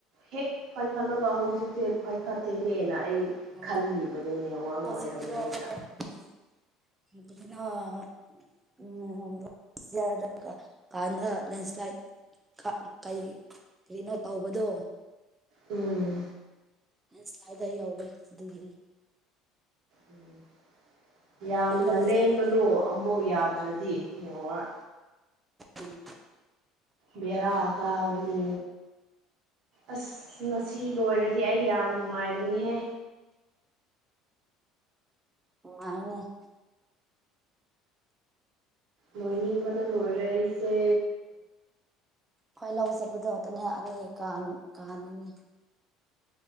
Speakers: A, on the right; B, on the right.
A: ꯍꯦꯛ ꯄꯥꯏꯈꯠꯂꯒ ꯍꯧꯖꯤꯛꯇꯦ ꯄꯥꯏꯈꯠꯇꯦꯅꯦꯅ ꯑꯩ
B: ꯑꯣ
A: ꯈꯜꯂꯤꯕꯅꯤꯅꯦ ꯋꯔꯟ
B: ꯍꯧꯖꯤꯛꯇꯤꯀꯣ
A: ꯑꯣꯏꯔꯝꯒꯅꯤꯅ
B: <unintelligible> ꯎꯝ <unintelligible> ꯀꯥꯟꯗ ꯂ‌ꯦꯟꯁ ꯂꯥꯏꯠ ꯀꯩ ꯀꯩꯅꯣ ꯇꯧꯕꯗꯣ
A: ꯎꯝ
B: ꯅ ꯁ꯭ꯂꯥꯏꯗ ꯌꯧꯋꯦ ꯑꯗꯨꯒꯤꯅꯤ
A: ꯎꯝ ꯌꯥꯝꯅ
B: ꯑꯩꯈꯣꯏ ꯂꯧ
A: ꯂꯦꯡꯒꯅꯨ
B: ꯆꯠꯄ
A: ꯑꯃꯨꯛ ꯌꯥꯗ꯭ꯔꯗꯤ ꯃꯦꯋꯥꯔ
B: ꯎꯝ
A: ꯕ‌ꯦꯔꯥꯑ ꯀꯥꯒꯅꯤ ꯑꯁ ꯉꯁꯤ ꯂꯣꯏꯔꯗꯤ ꯑꯩ ꯌꯥꯝ ꯅꯨꯡꯉꯥꯏꯒꯅꯤꯍꯦ
B: ꯅꯨꯡꯉꯥꯏꯅꯦ
A: ꯂꯣꯏꯅꯤꯡꯕꯅ ꯂꯣꯏꯔ‌ꯦ ꯑꯏꯁꯦ
B: ꯍꯣꯏ ꯂꯧ ꯆꯠꯄꯗꯣꯇꯅꯦ ꯑꯅꯤ ꯀꯥꯅꯤꯡꯅꯦ